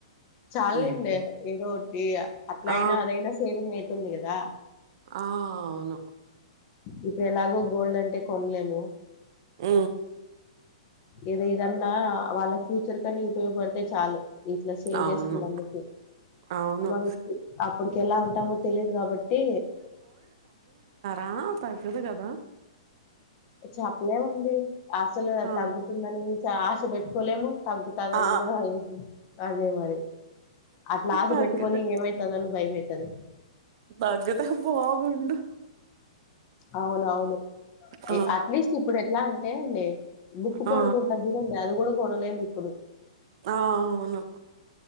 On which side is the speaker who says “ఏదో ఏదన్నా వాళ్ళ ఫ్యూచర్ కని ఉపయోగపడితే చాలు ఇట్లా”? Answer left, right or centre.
Left